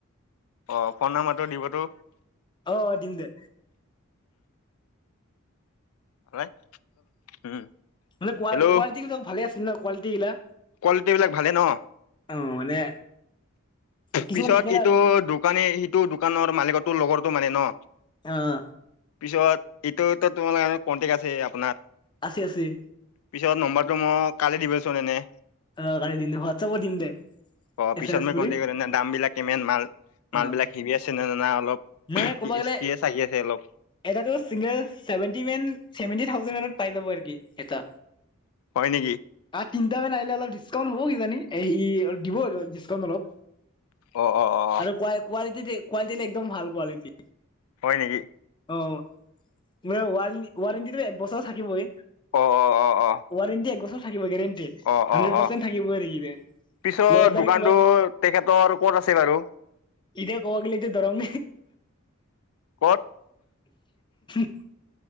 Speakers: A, on the left; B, on the left.
A: অ'ফোন নাম্বাৰটো দিবতো
B: অ' দিম দে।
A: ভাই উম'।
B: মানে কোৱা
A: হেল্ল'
B: নিচিনা কোৱালিটি গিলা
A: কোৱালিটি বিলাক ভালে ন?
B: অ মানে কিছুমান
A: পিছত
B: থাকে না
A: ইটো দোকানে সিটো দোকানৰ মালিকতো লগৰ টো মানে ন'।
B: অহ।
A: পিছত এইটো তোমালোকৰ কনটেক্ট আছে আপোনাৰ
B: আছে, আছেই।
A: পিছত নম্বৰটো মোক কালি দিবচোন এনে।
B: অ' কালি দিম দে, হোৱাটছাপত দিম দে
A: অ
B: এ
A: পিছত
B: চেমেছ
A: মই
B: কৰি
A: দাম বিলাক কিমান মাল, মাল
B: অ
A: বিলাক কিনি আছে না, না অলপ
B: মানে ক'ব গ'লে
A: কিয়ে চাগি আছে অলপ
B: এটাতো চিংগল, ছেভেন্টি মান ছেভেন্টি থাউজেণ্ড পাই যাব এইটো এটা।
A: হয় নেকি
B: তিনিটামান আহিল অলপ ডিছকাউণ্ট হ'ব কি জানি এই দিব অলপ ডিছকাউণ্ট ল
A: অ অ অ অ
B: আৰু কোৱা-কোৱালিটি তেতে কোৱালিটি গিলা একদম ভাল। কোৱালিটি
A: হয় নেকি?
B: অ', মই ৱাৰ ৱাৰেণ্টিটো এক বছৰ থাকিবই।
A: অ অ অ অ
B: ৱাৰেন্টি একবছৰ। গেৰেন্টি
A: অ
B: হান্ডৰেদ
A: অ
B: পাৰ্চেণ্ট
A: অ
B: থাকিবই নেকি আৰু
A: পিছত
B: লগত
A: দোকানটো
B: আৰু কিবা
A: তেখেতৰ ক'ত আছে বাৰু
B: ইনে কব গ'লে এতিয়া দৰংৰ।
A: ক'ত
B: <inaudible> <unintelligible>